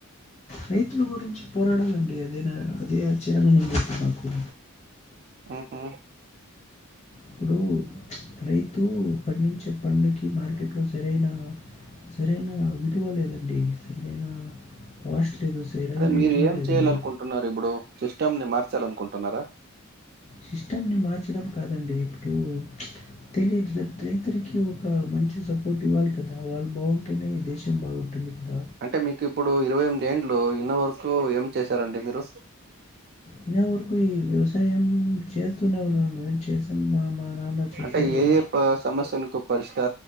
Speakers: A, on the left; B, on the right.
A: రైతుల గురించి పోరాడాలండి అదేనా అదే చేయాలనుంది ఇప్పుడ్ నాకు
B: ఉహ్
A: ఇప్పుడు రైతు పండించే పండకి మార్కెట్లో సరైన సరైన విలువ లేదండి సరైన కాస్ట్ లేదు సరైన
B: అదే మీరు
A: విలువ
B: ఏం
A: లేదండి
B: చెయాల అనుకుంటున్నారు ఇప్పుడు సిస్టమ్ని మార్చాలనుకుంటున్నారా
A: సిస్టమ్ ని మార్చడం కాదండి ఇప్పుడు తెలియదు రైతురికి ఒక మంచి సపోర్ట్ ఇవ్వాలి కదా వాళ్ళు బాగుంటేనే దేశం బాగుంటుంది కదా
B: అంటే మీకు ఇప్పుడు ఇరవై ఎనిమిది ఏండ్లు ఇన్నో వరకు ఏం చేశారండి మీరు
A: ఇన్న వరకు ఈ వ్యవసాయం చేస్తూనే ఉన్నాను ఏం చేశాను మా మా నాన్న చేస్తారు
B: అంటే ఏ ఏ సమస్యలకు పరిష్కా